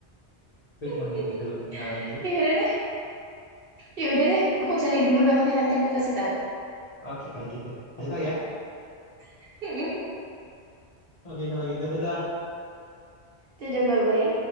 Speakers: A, on the left (about 40°); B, on the right (about 55°).
A: Gue
B: <laughs>
A: cuma dengerin filmnya aja.
B: Ya udah deh, ya udah deh. Aku cari dulu namanya nanti aku kasih tahu.
A: Oke, kalau gitu. Kasih tau ya.
B: <laughs>
A: Oke, kalau gitu. Dadah.
B: Dadah, bye-bye.